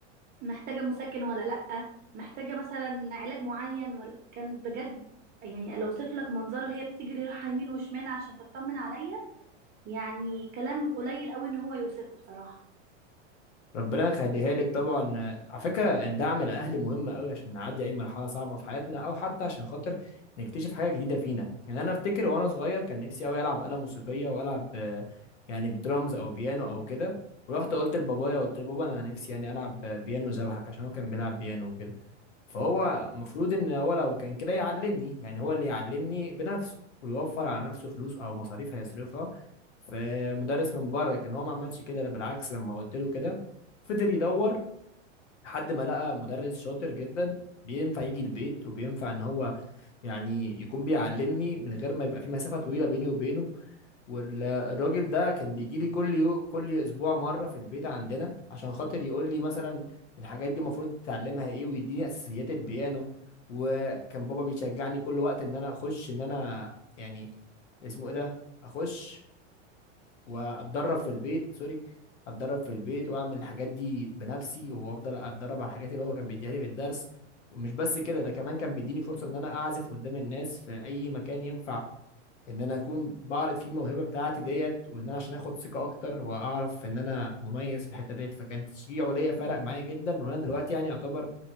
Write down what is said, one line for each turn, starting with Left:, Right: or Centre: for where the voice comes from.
Right: محتاجة مسكن ولا لأ محتاجة مثلا علاج معين ولا كانت بجد يعني لو اوصف لك منظرها هي بتجري رايحة يمين وشمال عشان تطمن عليا يعني كلام قليل قوي ان هو يوصفه بصراحة
Left: ربنا يخليها لك طبعا على فكره دعم الاهل مهم قوي عشان نعدي اي مرحله صعبه في حياتنا او حتى عشان خاطر نكتشف حاجه جديده فينا يعني انا افتكر وانا صغير كان نفسي قوي العب آلة موسيقيه والعب آه، يعني بدرامز او بيانو او كده ورحت قلت لبابايا قلت لبابا انا نفسي يعني العب بيانو زبحك عشان هو كان بيلعب بيانو وكده فهو المفروض ان هو لو كان كده يعلمني يعني هو اللي يعلمني بنفسه ويوفر على نفسه فلوس او مصاريف هيصرفها في مدرس من بره كان هو ما عملش كده لا بالعكس لما قلت له كده فضل يدور لحد ما لقى مدرس شاطر جدا بينفع يجي البيت وبينفع ان هو يعني يكون بيعلمني من غير ما يبقى في مسافة طويلة بيني وبينه والراجل ده كان بيجي لي كل يو... كل اسبوع مره في البيت عندنا عشان خاطر يقول لي مثلا الحاجات دي المفروض تتعلمها ايه ويديني اساسيات البيانو وكان بابا بيشجعني كل وقت ان انا اخش ان انا يعني اسمه ايه ده اخش واتدرب في البيت سوري اتدرب في البيت واعمل الحاجات دي بنفسي وافضل اتدرب على الحاجات اللي هو كان بيديها لي في الدرس ومش بس كده ده كمان كان بيديني فرصه ان انا اعزف قدام الناس في اي مكان ينفع ان انا اكون بعرف فيه الموهبه بتاعتي ديت وان انا عشان اخد ثقه اكتر واعرف ان انا مميز في الحته ديت فكان تشجيعه ليا فرق معايا جدا وانا دلوقتي يعني اعتبر